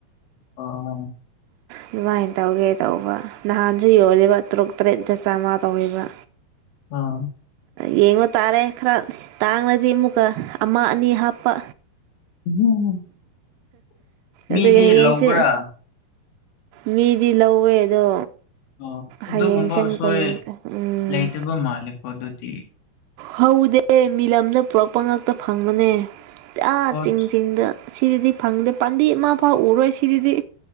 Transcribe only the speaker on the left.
ꯑ
ꯑꯥ
ꯎꯝ ꯃꯤꯗꯤ
ꯂꯧꯕ꯭ꯔꯥ
ꯑꯣ ꯑꯗꯨꯒꯨꯝꯕꯁꯣꯏ
ꯂꯩꯇꯕ ꯃꯥꯜꯂꯦꯀꯣ ꯑꯗꯨꯗꯤ
ꯑꯣ